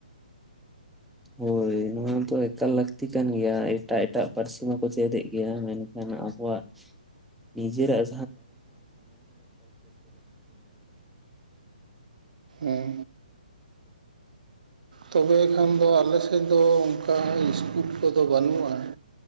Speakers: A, in the centre; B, on the right (about 60°).
A: ᱦᱳᱭ ᱱᱚᱣᱟ ᱫᱚ ᱮᱠᱟᱞ ᱞᱟᱹᱠᱛᱤ ᱠᱟᱱ ᱜᱤᱭᱟ ᱮᱴᱟᱜ ᱮᱴᱟᱜ ᱯᱟᱹᱨᱥᱤ ᱢᱟᱠᱚ ᱪᱮᱫᱮᱜ ᱜᱤᱭᱟ ᱢᱮᱱᱠᱷᱟᱱ ᱟᱵᱚᱣᱟᱜ ᱱᱤᱡᱮᱨᱟᱜ
B: ᱦᱮᱸ ᱛᱚᱵᱮ ᱠᱷᱟᱱ ᱫᱚ ᱟᱞᱮ ᱥᱮᱫ ᱫᱚ ᱚᱱᱠᱟ ᱤᱥᱠᱩᱞ ᱠᱚᱫᱚ ᱵᱟᱹᱱᱩᱜᱼᱟ